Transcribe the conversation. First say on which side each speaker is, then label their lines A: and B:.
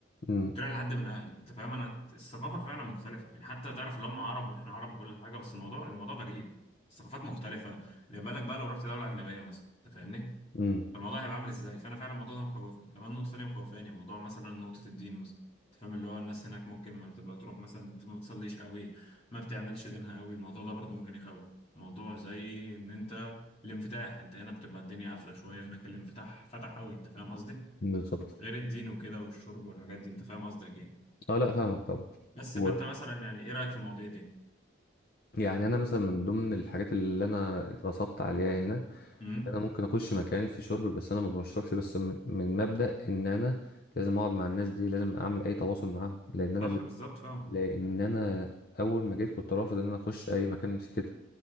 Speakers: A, on the left (about 50°); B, on the left (about 30°).
A: امم
B: طلع لحد من اهلي انت فاهم انا الثقافه فعلا مختلفه يعني حتى تعرف اللي هم عرب واحنا عرب وكل حاجه بس الموضوع الموضوع غريب الثقافات مختلفه اللي بالك بقى لو رحت دوله اجنبيه مثلا انت فاهمني
A: امم
B: فالموضوع هيبقى عامل ازاي فانا فعلا الموضوع ده مخوفني كمان نقطه ثانيه مخوفاني موضوع مثلا نقطه الدين مثلا انت فاهم اللي هو الناس هناك ممكن ما تبقى تروح مثلا ما بتصليش قوي ما بتعملش دينها قوي الموضوع ده برضو ممكن يخوف موضوع زي ان انت الانفتاح انت هنا بتبقى الدنيا قافله شويه هناك الانفتاح فتح قوي انت فاهم قصدي
A: بالظبط
B: غير الدين وكده والشرب والحاجات دي انت فاهم قصدي اكيد
A: اه لا فاهمك طبعا
B: بس
A: و...
B: فانت مثلا يعني ايه رايك في المواضيع دي
A: يعني انا مثلا من ضمن الحاجات اللي انا اتغصبت عليها هنا
B: امم
A: انا ممكن اخش مكان في شرب بس انا ما بشربش بس م- من مبدأ ان انا لازم اقعد مع الناس دي لازم اعمل اي تواصل معاهم لان انا
B: صح
A: ب...
B: بالظبط فاهمك
A: لان انا اول ما جيت كنت رافض ان انا اخش اي مكان في كده